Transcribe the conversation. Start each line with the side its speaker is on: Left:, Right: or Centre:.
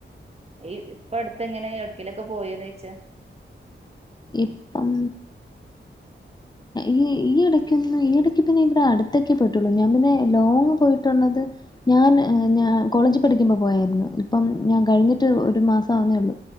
Right: ഈ ഇപ്പ അടുത്ത് എങ്ങനെ എട് ക്കയിലൊക്കെ പോയന്ന് ചോയിച്ച
Left: ഇപ്പം ഈ ഈ എടയ്ക്കന്ന് ഈട പിന്നെ ഇവിട അടുത്തക്കെ പോയിട്ടുള്ളു ഞാൻ പിന്നെ ലോങ് പോയിട്ടുള്ളത് ഞാൻ ഞ കോളേജ് പഠിക്കുമ്പോ പോയായിരുന്നു ഇപ്പം ഞാൻ കഴിഞ്ഞിട്ട് ഒരു മാസം ആവുന്നേള്ളു